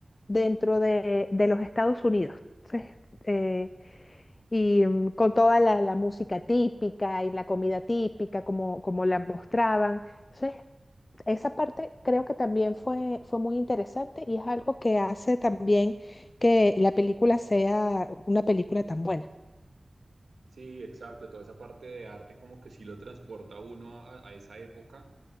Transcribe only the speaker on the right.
Sí, exacto. Toda esa parte de arte como que sí lo transporta a uno a, a esa época